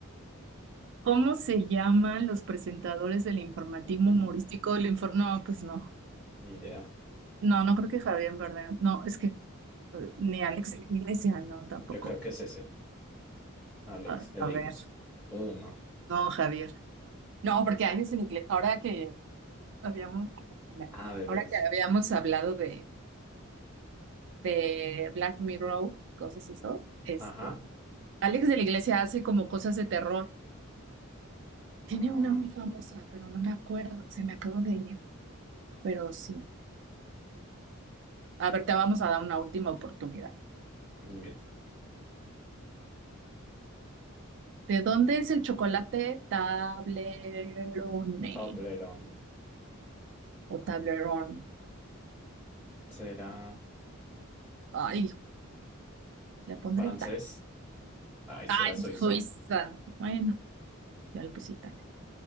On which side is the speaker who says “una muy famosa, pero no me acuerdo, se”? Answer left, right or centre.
Right